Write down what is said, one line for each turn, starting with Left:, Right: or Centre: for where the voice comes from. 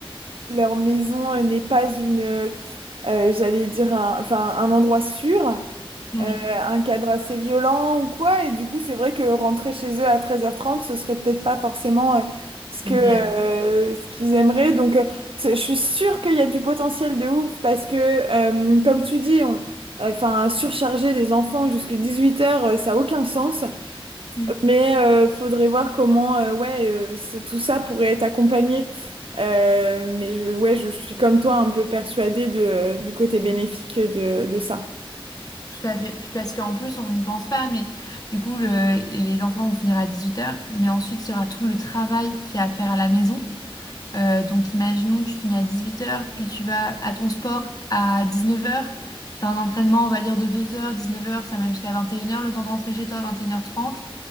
Right: leur maison euh, n'est pas une euh, j'allais dire un, enfin un endroit sûr
Left: Oui,
Right: euh, un cadre assez violent ou quoi. Et du coup, c'est vrai que rentrer chez eux à 13h30, ce serait peut-être pas forcément euh, ce que,
Left: l'idéal.
Right: euh, ce qu'ils aimeraient. Donc, euh, c'est- je suis sûre qu'il y a du potentiel de ouf parce que, euh, comme tu dis, on, enfin, surcharger des enfants jusqu'à 18h, ça a aucun sens.
Left: Mm,
Right: Mais euh, faudrait voir comment, euh, ouais, euh, ce- tout ça pourrait être accompagné. Euh, mais je, ouais, je, je suis comme toi un peu persuadée de, du côté bénéfique de, de ça.
Left: Tout à fait. Puis parce qu'en plus, on n'y pense pas, mais du coup, le- les enfants vont finir à dix-huit heures, mais ensuite, il y aura tout le travail qu'il y a à faire à la maison. Euh, donc imaginons, tu finis à 18 heures, puis tu vas à ton sport à 19 heures. Tu as un entraînement, on va dire, de 2h, 19 heures, ça mène jusqu'à 21 heures le temps de rentrer chez toi à 21h30.